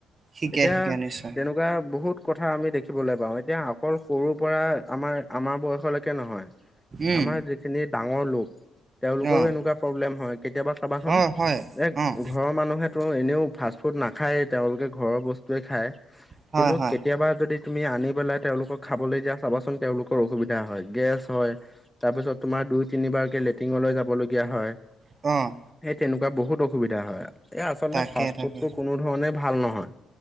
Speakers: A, on the right; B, in the centre.
A: শিকে
B: এতিয়া
A: শিকে নিশ্চয়
B: তেনেকুৱা বহুত কথা আমি দেখিবলৈ পাওঁ এতিয়া। অকল সৰুৰ পৰা আমাৰ আমাৰ বয়সলৈকে নহয়
A: উম
B: আমাৰ যিখিনি ডাঙৰ লোক তেওঁলোকৰো
A: অ',
B: এনেকুৱা প্ৰব্লেম হয়। কেতিয়াবা কাৰোবাখন
A: অ', হয়
B: এক
A: অ',
B: ঘৰৰ মানুহে এনেও ফাষ্ট ফুড নাখায়। তেওঁলোকে ঘৰৰ বস্তুৱে খায়
A: হয়,
B: কিন্তু
A: হয়,
B: কেতিয়াবা যদি তুমি আনি পেলাই তেওঁলোকক খাবলৈ যা চাবাচোন তেওঁলোকৰ অসুবিধা হয়, গেছ হয়, তাৰ পিছত তোমাৰ দুই তিনিবাৰকে লেট্ৰিঙলৈ যাবলগীয়া হয়।
A: অ'।
B: এই তেনেকুৱা বহুত অসুবিধা হয় আৰু। এই আচলতে
A: তাকে
B: ফাষ্ট
A: তাকে
B: ফুডতটো কোনো ধৰণেই ভাল নহয়।